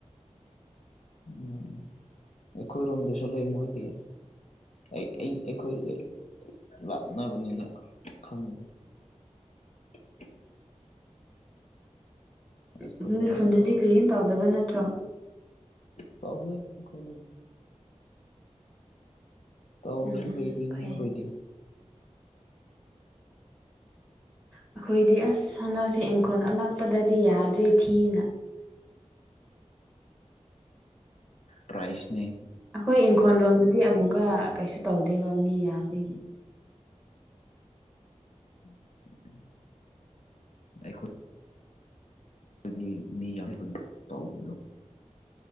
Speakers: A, on the left (about 70°); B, in the centre.
A: ꯎꯝ ꯑꯩꯈꯣꯏꯔꯣꯝꯗꯁꯨ ꯂꯩ ꯃꯣꯏꯗꯤ ꯑꯩ ꯑꯩ ꯑꯩꯈꯣꯏꯒ ꯂꯥꯞꯅꯕꯅꯤꯅ ꯈꯪꯗꯦ <unintelligible> ꯑꯩꯈꯣꯏꯅ
B: ꯎ ꯃꯣꯏ
A: ꯑꯃꯨꯛꯀ
B: ꯈꯨꯟꯗꯗꯤ ꯀꯔꯤꯝ ꯇꯧꯗꯕ ꯅꯠꯇ꯭ꯔꯣ
A: ꯇꯕꯨꯏ ꯈꯣꯏꯗ ꯇꯧꯔꯁ
B: ꯎꯝ
A: ꯑꯦꯗꯤ
B: ꯐꯩ
A: ꯌꯦ ꯍꯣꯏꯗꯤ
B: ꯑꯩꯈꯣꯏꯗꯤ ꯑꯁ ꯍꯟꯗꯛꯁꯦ ꯏꯪꯈꯣꯜ ꯑꯜꯂꯛꯄꯗꯗꯤ ꯌꯥꯗ꯭ꯔꯦ ꯊꯤꯅ
A: ꯄ꯭ꯔꯥꯏꯁꯅꯦ
B: ꯑꯩꯈꯣꯏ ꯏꯪꯈꯣꯜꯔꯣꯝꯗꯗꯤ ꯑꯃꯨꯛꯀ ꯀꯩꯁꯨ ꯇꯧꯗꯦꯕ ꯃꯤ ꯌꯥꯝꯕꯅꯦ
A: ꯀ <unintelligible> ꯑꯩꯈꯣꯏ ꯑꯩꯈꯣꯏꯒꯤ ꯃꯤ ꯌꯥꯝ ꯑꯩꯈꯣꯏ ꯇꯕꯗꯣ